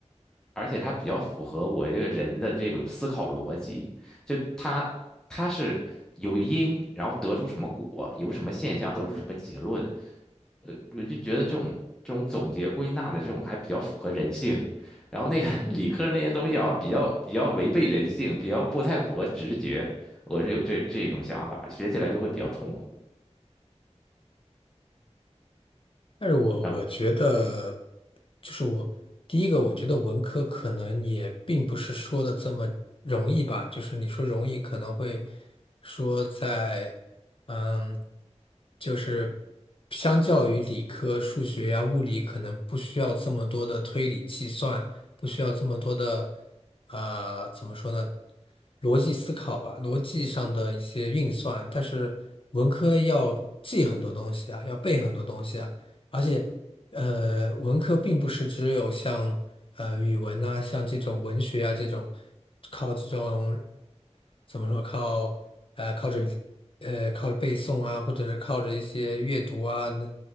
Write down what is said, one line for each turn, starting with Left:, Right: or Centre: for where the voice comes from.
Centre: 而且它比较符合我这个人的这个思考逻辑。就它它是有因，然后得出什么果，有什么现象，得出什么结论。呃，我就觉得这种这种总结归纳的这种还比较符合人性。然后那个 <laughs> 理科那些东西好像比较比较违背人性，比较不太符合直觉。我是有这这种想法，学起来就会比较痛苦。
Left: 但是我我觉得，
Centre: 啊，
Left: 就是我第一个，我觉得文科可能也并不是说的这么容易吧。就是你说容易，可能会说在，嗯，就是相较于理科，数学呀、物理，可能不需要这么多的推理计算，不需要这么多的，呃，怎么说呢？逻辑思考吧，逻辑上的一些运算。但是文科要记很多东西啊，要背很多东西啊。而且，呃，文科并不是只有像呃语文呐、像这种文学啊这种，靠这种怎么说靠呃靠着呃靠着背诵啊，或者是靠着一些阅读啊，那